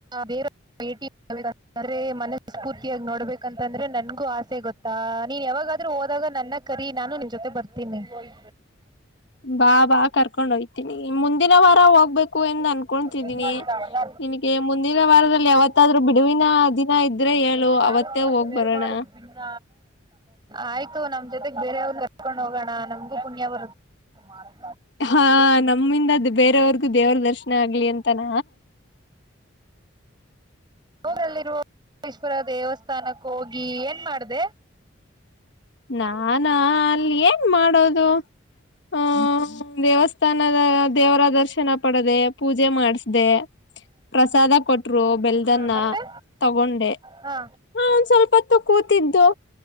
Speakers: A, on the right; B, on the left.
A: ಬೇ ಭೇಟಿ್ರೆ ಮನಸ್ ಸ್ಫೂರ್ತಿಯಾಗಿ ನೋಡ್ಬೇಕಂತಂದ್ರೆ ನನ್ಗೂ ಆಸೆ ಗೊತ್ತಾ ನೀನ್ ಯಾವಾಗ ಹೋದಾಗ ನನ್ನ ಕರಿ ನಾನು ನಿನ್ ಜೊತೆ ಬರ್ತೀನಿ ಹರಿ
B: ಬಾ ಬಾ ಕರ್ಕೊಂಡ್ ಹೋಯ್ತೀನಿ ಮುಂದಿನ ವಾರ ಹೋಗ್ಬೇಕು ಎಂದು ಅನ್ಕೊತಿದೀನಿ
A: ಎ ಮಾಡಿದ್ದಲ್ಲ
B: ನಿನಗೆ ಮುಂದಿನ ವಾರದಲ್ಲಿ ಯಾವತ್ತಾದ್ರೂ ಬಿಡುವಿನ ದಿನ ಇದ್ರೆ ಹೇಳು
A: ಎನ
B: ಅವತ್ತೇ ಹೋಗ್
A: ಪರುಮ
B: ಬರೋಣ
A: ಪಿಲ ಆಯ್ತು ನಮ್ ಜೊತೆಗ್ ಬೇರೆ ಯಾವ್ದರು ಕರ್ಕೊಂಡ್ ಹೋಗೋಣ ನಮ್ಗೂ ಪುಣ್ಯ ಬರುತ್ತ <unintelligible>
B: ಹಾ ನಮ್ಮಿಂದ ಬೇರೆಯವರ್ಗು ದೇವರ ದರ್ಶನ ಆಗ್ಲಿ ಅಂತಾನ
A: ಅವಊರಲ್ಲಿರುವ ಮೇಶ್ವರ ದೇವಸ್ಥಾನಕ್ಕ ಹೋಗಿ ಏನ್ ಮಾಡ್ದ
B: ನಾನಾ ಅಲ್ಲಿ ಏನ್ ಮಾಡೋದು ಹ ದೇವಸ್ಥ ಸ್ಥಾನದ ದೇವರ ದರ್ಶನ ಪಡದೆ ಪೂಜೆ ಮಾಡಸ್ದ ಪ್ರಸಾದ ಕೊಟ್ರು ಬೆಲ್ದನ್ನ
A: ಹಾ, ಮತ್ತೆ
B: ತಗೊಂಡೆ
A: ಹಾ
B: ಹಾ ಒಂದ್ ಸ್ವಲ್ಪತ್ತು ಕೂತಿದ್ದು